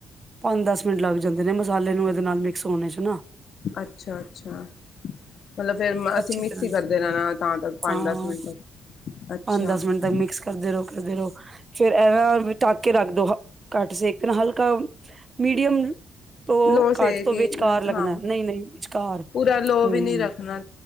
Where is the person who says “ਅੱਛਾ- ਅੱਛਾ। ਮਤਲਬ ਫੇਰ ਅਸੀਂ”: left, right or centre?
Left